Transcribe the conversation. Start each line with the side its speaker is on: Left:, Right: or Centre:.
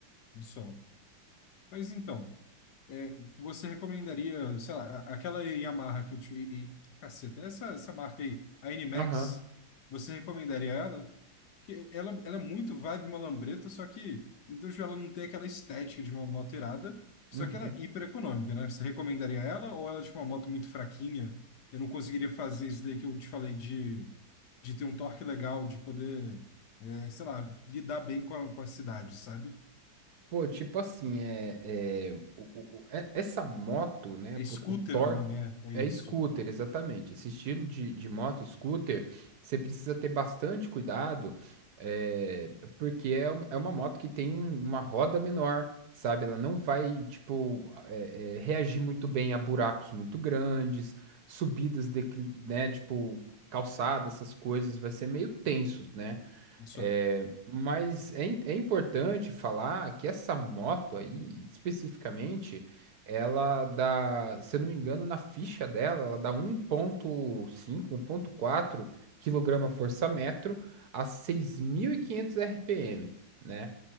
Left: só. Mas então, É, você recomendaria, sei lá, a- aquela Yamaha que eu te... e- Caceta, essa, essa marca aí, a NMAX,
Right: Aham.
Left: você recomendaria ela? Porque ela, ela é muito vibe malambreta, só que, então já ela não tem aquela estética de uma moto irada, só
Right: uhum.
Left: que ela é hiper econômica, né? Você recomendaria ela ou ela é tipo uma moto muito fraquinha? Eu não conseguiria fazer isso daí que eu te falei de, de ter um torque legal, de poder, é, sei lá, lidar bem com a, com a cidade, sabe?
Right: Pô, tipo assim, é, é, o- o- o- é- essa moto, né?
Left: É
Right: pu-
Left: scooter
Right: O torque
Left: o nome, é, é
Right: é
Left: isso.
Right: scooter, exatamente. Esse estilo de, de moto scooter, você precisa ter bastante cuidado, é, porque é, um- é uma moto que tem uma roda menor, sabe? Ela não vai, tipo, é, é, reagir muito bem a buracos muito grandes, subidas, decli- né? Tipo, calçada, essas coisas, vai ser meio tenso, né?
Left: do Sun.
Right: É, mas é, im- é importante falar que essa moto aí, especificamente, ela dá, se eu não me engano, na ficha dela, ela dá um um ponto cinco, um ponto quatro quilograma força metro a 6.500 RPM, né?